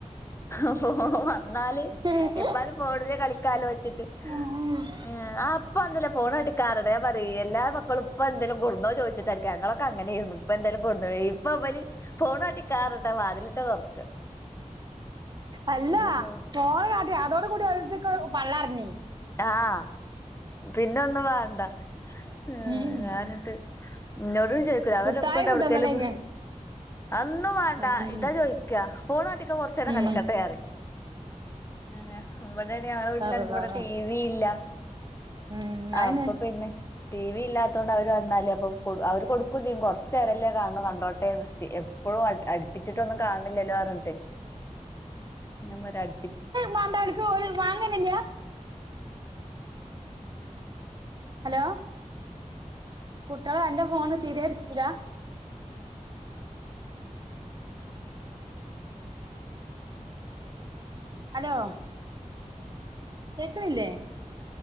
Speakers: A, on the left; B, on the right.
A: അപ്പോ വന്നാല്
B: ഉം.
A: ഇപ്പാൻ്റെ ഫോണില് കളിക്കാലോ വെച്ചിട്ട്
B: ആ.
A: ഏഹ് ആഹ് ഉപ്പ വന്ന്ല്ലേ ഫോൺ <unintelligible> പറയ് എല്ലാ മക്കളും ഇപ്പ എന്തേലും കൊടുന്നോ ചോദിച്ചിട്ടാ ക്കെ ഞങ്ങളൊക്കെ അങ്ങനെയിരുന്നു ഇപ്പൊ എന്തേലും കൊണ്ട് പോയി ഇപ്പ ഇവല് ഫോണ് കാട്ടിക്കാ പറഞ്ഞിട്ടാ വാതിലെന്നെ തൊറക്ക്
B: അല്ലാ
A: അള്ളോ
B: ഫോണ് കാട്ടി അതോടു കൂടി ഓരോരുത്തർക്ക് പള്ളറിഞ്ഞ്
A: ആഹ് പിന്നെ ഒന്നും വേണ്ട ആഹ്
B: ഉം
A: ഞാനെന്നിട്ട് ഇന്നോടും ചോദിക്കും അവരപ്പ
B: മുട്ടായി
A: ഇണ്ട്
B: കൊണ്ടുവന്നണേങ്ങ്
A: എവിടെക്കേലും അതൊന്നും വേണ്ട
B: ഉം
A: ഇതാ ചോദിക്കാ ഫോണാട്ട് കൊറച്ചേരം
B: ഉം
A: കളിക്കട്ടെ പറയും അതയാ ഇവിടെ <unintelligible> ഞങ്ങളെ വീട്ടില്
B: അള്ളാ
A: <unintelligible> ടീ വി ഇല്ല
B: ഉം ഞാന്
A: അപ്പൊ പിന്നെ ടി വി ഇല്ലാത്ത കൊണ്ട് അവര് വന്നാലേ അപ്പൊ കൊട് അവര് കൊടുക്കും ചെയ്യും കൊറച്ചേരല്ലേ കാണു കണ്ടോട്ടെ സ്ഥി എപ് എപ്പോഴും അട് അടുപ്പിച്ചിട്ടൊന്നും കാണ്ന്നില്ലല്ലോ പറഞ്ഞിട്ട് ഞാൻ പറയും അടു
B: മാണ്ടാ ഓലിക്ക് ഓല് വങ്ങന്നെയില്ല ഹലോ കുട്ടിയള് അന്റെ ഫോണ് തീരെ എടുക്കൂല? ഹലോ കേക്കണില്ലേ